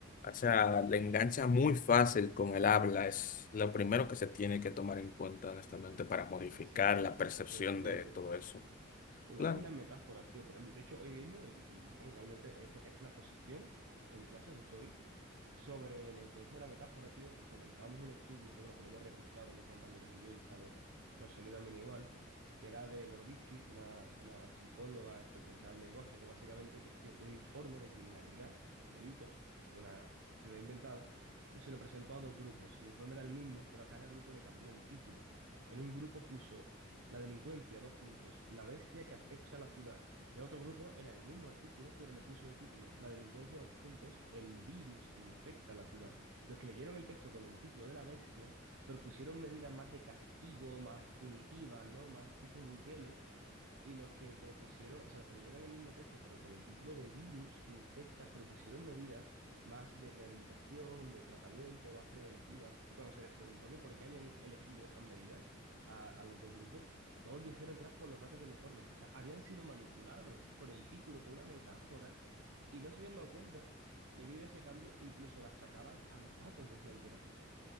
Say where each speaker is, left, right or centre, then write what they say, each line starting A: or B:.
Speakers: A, on the left; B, on the right.
A: O sea,
B: claro.
A: le engancha muy fácil con el habla. Es lo primero que se tiene que tomar en cuenta, honestamente, para modificar
B: Sí, sí, es,
A: la percepción
B: es un experto.
A: de todo eso.
B: El
A: Claro.
B: hablas y las metáforas, tío, por ejemplo. De hecho, hoy mismo, y, y, vamos, realmente he, pu- he hecho una exposición en clase justo hoy sobre la influencia de la metáfora, tío, y comentábamos un estudio que, bueno, que lo hemos replicado mis compañeros y yo y sale, nos salió también igual, que era de Boroditsky, una, una psicóloga especializada en lenguaje que básicamente cogió un informe de criminalidad, de delitos, de una ciudad inventada, y se lo presentó a dos grupos. El informe era el mismo, pero a cada grupo le cambió el título. En un grupo puso la delincuencia, dos puntos, la bestia que acecha la ciudad. Y el otro grupo era el mismo artículo, pero le puso de título La delincuencia, dos puntos, el virus que infecta la ciudad. Los que leyeron el texto con el título de la bestia propusieron medidas más de castigo, más punitivas, ¿no? Más tipo Bukele, y los que propusieron, o sea, los que leyeron el mismo texto, pero con el título de virus que infecta, propusieron medidas más de rehabilitación, de tratamiento, más preventivas. Y cuando se les preguntó que por qué habían elegido esas medidas a, a los dos grupos, todos dijeron que era por los datos del informe. O sea, habían sido manipulados por el título, por una metáfora, y no se habían dado cuenta. Y debido a ese cambio, incluso lo achacaban a los datos, decían que era.